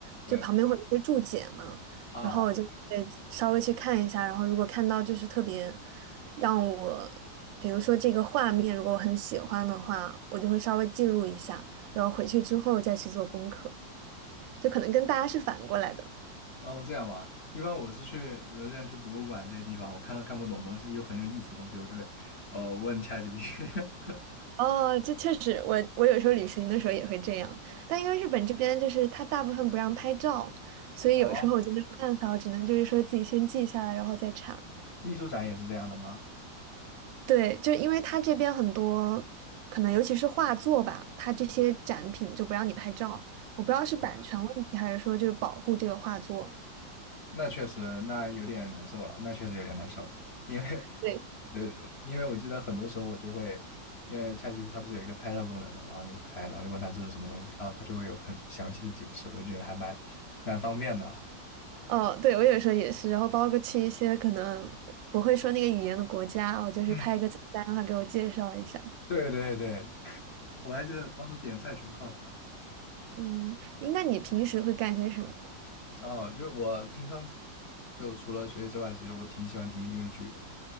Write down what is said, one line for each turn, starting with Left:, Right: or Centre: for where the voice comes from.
Left: 对
Right: 就旁边会有一些注解嘛，
Left: 啊，
Right: 然后我就会稍微去看一下，然后如果看到就是特别让我，比如说这个画面，如果我很喜欢的话，我就会稍微记录一下，然后回去之后再去做功课，就可能跟大家是反过来的。
Left: 哦，这样吗？一般我是去，比如像去博物馆这些地方，我看到看不懂的东西又很有意思的东西，我就会呃问 ChatGPT。<laughs>
Right: 哦，这确实，我我有时候旅行的时候也会这样，但因为日本这边就是他大部分不让拍照，所以有时候我就没有办法，
Left: 哦，
Right: 我只能就是说自己先记下来，然后再查。
Left: 艺术展也是这样的吗？
Right: 对，就因为它这边很多，可能尤其是画作吧，它这些展品就不让你拍照，我不知道是版权问题还是说就是保护这个画作。
Left: 对，那确实，那有点难受了，那确实有点难受。因为。
Right: 对，
Left: 对对对，因为我记得很多时候我就会，因为 c h a t 它不是有一个拍照功能嘛，然后你拍，然后你问它这是什么东西，然后它就会有很详细的解释，我就觉得还蛮蛮方便的。
Right: 哦，对，我有时候也是，然后包括去一些可能不会说那个语言的国家，我就是拍一个菜单，
Left: 嗯，<laughs>
Right: 让他给我介绍一下。
Left: 对对对，我还记得当时点菜全靠它。
Right: 嗯，诶那你平时会干些什么？
Left: 哦，就是我平常就除了学习之外，其实我挺喜欢听音乐剧的，